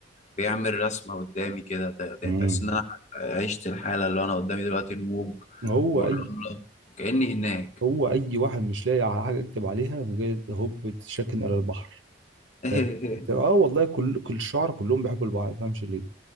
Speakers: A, on the left; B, on the right.
A: بيعمل رسمة قدامي كده ت- يعني
B: امم
A: تحس إن أنا عشت الحالة اللي أنا قدامي دلوقتي الموج
B: هو
A: والرملة
B: اي
A: كأني هناك
B: هو اي واحد مش لاقي على حاجه يكتب عليها مجرد هوب تشكن الى البحر فاهم
A: <laughs>
B: اه والله كل كل الشعراء كلهم بيحبوا البحر ما تفهمش ليه